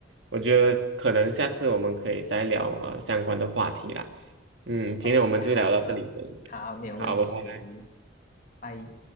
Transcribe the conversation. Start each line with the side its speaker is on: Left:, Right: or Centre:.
Right: 我觉得可能下次我们可以再聊呃相关的话题啦。嗯，今天我们就聊到这里先，
Left: OK，好的，好，没有问题，
Right: 好，拜拜。
Left: 拜。